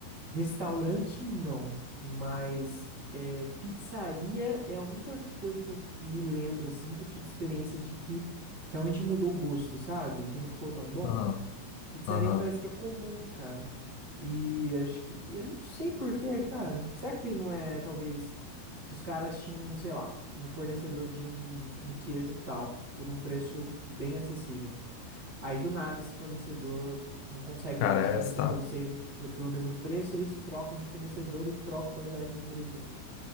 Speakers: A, on the right; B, on the left.
A: Restaurante não, mas é, pizzaria é a única coisa que eu me lembro, assim, que eu tive experiência de que realmente mudou o gosto, sabe? Que não ficou tão bom.
B: Aham,
A: Pizzaria
B: aham,
A: parece que é comum, cara. E acho que. Eu não sei por quê, cara. Será que não é, talvez, se os caras tinham, sei lá, um fornecedor de um, um queijo tal, por um preço bem acessível. Aí do nada esse fornecedor não consegue
B: cara,
A: mais fornecer
B: é essa tá.
A: pelo, seio- pro- pelo mesmo preço, eles trocam de fornecedor e trocam a qualidade do ingrediente.